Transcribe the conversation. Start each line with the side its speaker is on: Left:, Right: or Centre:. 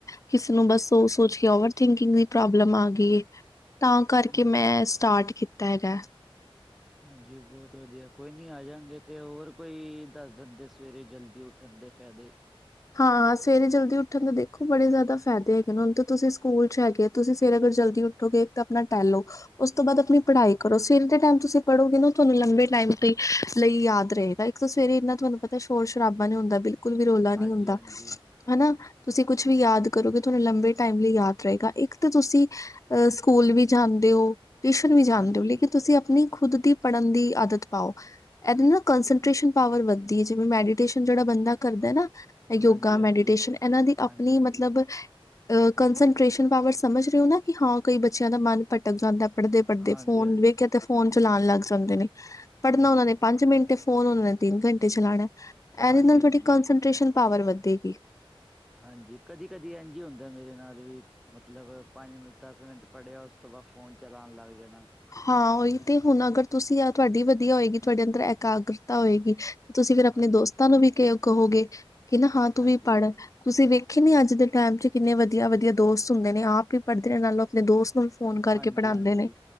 Left: ਕਿਸੇ ਨੂੰ ਬਸ ਓ ਸੋਚਕੇ, ਓਵਰਥਿੰਕਿੰਗ ਦੀ ਪ੍ਰੌਬਲਮ ਆ ਗਈ ਏ। ਤਾਂ ਕਰਕੇ
Centre: ਹਾਂਜੀ,
Left: ਮੈਂ ਸਟਾਟ ਕੀਤਾ ਹੈਗਾ।
Centre: ਹਾਂਜੀ ਬਹੁਤ ਵਧੀਆ, ਕੋਈ ਨਹੀਂ ਆ ਜਾਂਗੇ, ਤੇ ਹੋਰ ਕੋਈ ਦੱਸ ਦਿੰਦੇ, ਸਵੇਰੇ ਜਲਦੀ ਉੱਠ ਧੰਦੇ ਫੈਦੇ
Left: ਹਾਂ, ਸਵੇਰੇ ਜਲਦੀ ਉੱਠਣ ਦੇ ਦੇਖੋ ਬੜੇ ਜ਼ਿਆਦਾ ਫ਼ੈਦੇ ਹੈਗੇ ਨੇ, ਹੁਣ ਤੁਸੀਂ ਸਕੂਲ ਚ ਹੈਗੇ ਹੋ, ਤੁਸੀਂ ਅਗਰ ਸਵੇਰੇ ਜਲਦੀ ਉੱ ਉੱਠੋਗੇ ਤਾਂ ਆਪਣਾ ਟਹਿਲੋ। ਉਸ ਤੋਂ ਬਾਅਦ ਆਪਣੀ ਪੜ੍ਹਾਈ ਕਰੋ, ਸਵੇਰ ਦੇ ਟੈਮ ਤੁਸੀਂ ਪੜ੍ਹੋਗੇ, ਉਹ ਤੁਹਾਨੂੰ ਲੰਬੇ ਟਾਈਮ ਲਈ ਯਾਦ ਰਹੇਗਾ। ਕਿਉਂਕਿ ਸਵੇਰੇ ਇੰਨਾ ਥੋਨੂੰ ਪਤਾ ਸ਼ੋਰ-ਸ਼ਰਾਬਾ ਨਈ ਹੁੰਦਾ, ਬਿਲਕੁਲ ਵੀ ਰੌਲਾ ਨਈ
Centre: ਹਾਂਜੀ,
Left: ਹੁੰਦਾ।
Centre: ਹਾਂਜੀ,
Left: ਹਨਾ ਤੁਸੀਂ ਕੁਛ ਵੀ ਯਾਦ ਕਰੋਗੇ, ਉਹ ਥੋਨੂੰ ਲੰਬੇ ਟੈਮ ਲਈ ਯਾਦ ਰਹੇਗਾ, ਇੱਕ ਤੇ ਤੁਸੀਂ ਸਕੂਲ ਵੀ ਜਾਂਦੇ ਹੋ, ਟਿਊਸ਼ਨ ਵੀ ਜਾਂਦੇ
Centre: ਹਾਂਜੀ,
Left: ਹੋ, ਲੇਕਿਨ ਤੁਸੀਂ ਆਪਣੀ ਖੁਦ ਦੀ ਪੜ੍ਹਨ ਦੀ ਆਦਤ ਪਾਓ। ਇਹਦੇ ਨਾਲ ਕੰਸ਼ਨਟਰੇਸ਼ਨ ਪਾਵਰ ਵੱਧਦੀ ਐ, ਜਿਵੇਂ ਮੈਡੀਟੇਸ਼ਨ ਜਿਹੜਾ ਬੰਦਾ ਕਰਦਾ ਨਾ ਯੋਗਾ,
Centre: ਹਾਂਜੀ,
Left: ਮੈਡੀਟੇਸ਼ਨ,
Centre: ਹਾਂਜੀ,
Left: ਇਹਨਾਂ ਦੀ
Centre: ਹਾਂਜੀ,
Left: ਆਪਣੀ ਮਤਲਬ
Centre: ਹਾਂਜੀ।
Left: ਅ ਕਨਸਨਟ੍ਰੇਸ਼ਨ ਪਾਵਰ ਸਮਝ ਰਹੇ ਹੋ, ਕਿ ਨਾ ਕਈ ਬੱਚਿਆਂ ਦਾ ਮਨ ਭਟਕ ਜਾਂਦਾ, ਪੜ੍ਹਦੇ-ਪੜ੍ਹਦੇ
Centre: ਹਾਂਜੀ,
Left: ਫ਼ੋਨ
Centre: ਹਾਂਜੀ,
Left: ਵੇਖਿਆ ਤੇ ਫ਼ੋਨ ਚਲਾਣ ਲੱਗ ਜਾਂਦੇ ਨੇ।
Centre: ਹਾਂਜੀ,
Left: ਪੜ੍ਹਨਾ ਓਹਨਾਂ ਨੇ
Centre: ਹਾਂਜੀ,
Left: ਪੰਜ ਮਿੰਟ ਐ, ਫ਼ੋਨ ਓਹਨਾਂ ਨੇ ਤਿੰਨ ਘੰਟੇ ਚਲਾਣਾ, ਇਹਦੇ
Centre: ਹਾਂਜੀ,
Left: ਨਾਲ ਥੋਡੀ ਕਨਸਨ ਟ੍ਰੇਸ਼ਨ ਪਾਵਰ ਵਧੇਗੀ।
Centre: ਹਾਂਜੀ, ਕਦੀ-ਕਦੀ ਇੰਝ ਹੀ ਹੁੰਦਾ ਮੇਰੇ ਨਾਲ ਵੀ। ਮਤਲਬ, ਪੰਜ ਮਿੰਟ, ਦਸ ਮਿੰਟ ਪੜ੍ਹਿਆ, ਉਸ ਤੋਂ ਬਾਅਦ ਫ਼ੋਨ ਚਲਾਣ ਲੱਗ ਜਾਨਾ।
Left: ਹਾਂ, ਉਹੀ ਤੇ ਹੁਣ ਅਗਰ ਤੁਸੀਂ ਤੁਹਾਡੀ ਵਦੀਆ ਹੋਏਗੀ, ਤੁਆਡੇ ਅੰਦਰ ਇਕਾਗਰਤਾ ਹੋਏਗੀ। ਤੁਸੀਂ ਫੇਰ
Centre: ਹਾਂਜੀ,
Left: ਆਪਣੇ ਦੋਸਤਾਂ ਨੂੰ ਵੀ ਕਹੋਗੇ, ਕਿ ਹਾਂ ਨਾ
Centre: ਹਾਂਜੀ,
Left: ਤੂੰ ਵੀ ਪੜ੍ਹ। ਤੁਸੀਂ ਵੇਖਿਆ ਨੀ ਅੱਜ ਦੇ ਟੈਮ ਵਿੱਚ ਕਿੰਨੇ ਵਧੀਆ-ਵਧੀਆ ਦੋਸਤ ਹੁੰਦੇ ਨੇ, ਆਪ ਕਿਉਂ ਪੜ੍ਹਦੇ ਨੇ, ਨਾਲ ਉਹ ਆਪਣੇ ਦੋਸਤਾਂ ਨੂੰ ਫ਼ੋਨ ਕਰਕੇ
Centre: ਹਾਂਜੀ,
Left: ਪੜ੍ਹਾਂਦੇ
Centre: ਹਾਂਜੀ,
Left: ਨੇ।